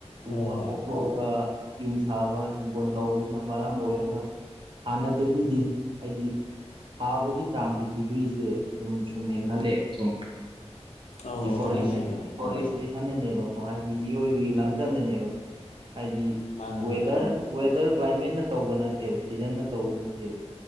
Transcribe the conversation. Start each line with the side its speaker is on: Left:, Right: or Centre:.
Right: ꯎ
Left: ꯍꯣꯏ
Right: ꯋꯥ
Left: ꯍꯣꯏ
Right: ꯊꯣꯛꯑꯒ ꯌꯨꯝ ꯁꯥꯕ ꯍꯤꯡꯒꯣꯜ ꯇꯧꯕꯁꯤꯅ ꯃꯔꯝ ꯑꯣꯏꯔꯒ ꯍꯥꯟꯅꯗꯒꯤꯗꯤ ꯍꯥꯏꯗꯤ ꯊꯥꯕꯒꯤ ꯆꯥꯡꯁꯤ ꯗꯤꯒ꯭ꯔꯤꯁꯦ ꯑꯗꯨ ꯁꯨꯝ ꯍꯦꯟꯒꯠꯂꯛꯑꯦꯕ
Left: ꯑꯧ
Right: ꯗꯤꯐꯣꯔꯦꯁꯇꯦꯁꯟꯅꯅꯦꯕꯀꯣ
Left: ꯑꯧ ꯍꯦꯟꯒꯠꯂꯦ ꯍꯦꯟꯒꯠꯂꯦ
Right: ꯍꯥꯏꯗꯤ ꯃꯤꯑꯣꯏꯕꯒꯤ ꯂꯝꯆꯠꯅꯅꯦꯕ ꯁꯦ ꯍꯥꯏꯗꯤ
Left: ꯃꯥꯅꯦ
Right: ꯋꯦꯗꯔ
Left: ꯃꯥꯅꯦ
Right: ꯋꯦꯗꯔ ꯀ꯭ꯂꯥꯏꯃꯦꯠꯅ ꯇꯧꯕ ꯅꯠꯇꯦꯕ ꯁꯤꯖꯟꯅ ꯇꯧꯕ ꯅꯠꯇꯦꯕ